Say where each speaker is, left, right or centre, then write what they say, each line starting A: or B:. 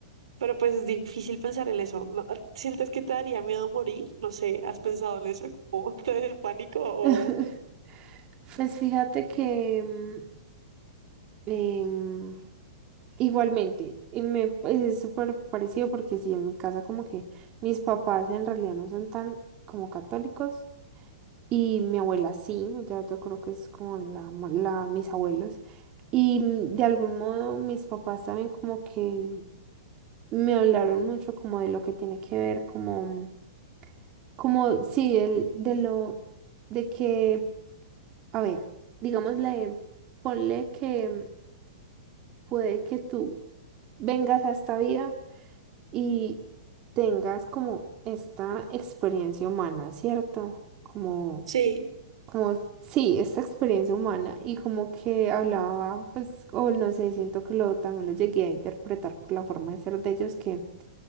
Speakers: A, on the right; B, on the right.
A: Pero pues es difícil pensar en eso. ¿no? ¿Sientes que te daría miedo morir? No sé, ¿has pensado en eso? ¿Como <laughs> te de pánico o...?
B: <laughs> Pues fíjate que mm, em, Igualmente, y me pues, es súper parecido porque sí, en mi casa como que mis papás en realidad no son tan como católicos y mi abuela sí, ya yo creo que es como la, ma- la mis abuelos y mm, de algún modo mis papás saben como que me hablaron mucho como de lo que tiene que ver, como, como, sí, el, de lo, de que, a ver, digamos digámosle, ponle que puede que tú vengas a esta vida y tengas como esta experiencia humana, ¿cierto? Como,
A: Sí,
B: como, sí, esta experiencia humana y como que hablaba, pues, o no sé, siento que lo, también lo llegué a interpretar por la forma de ser de ellos que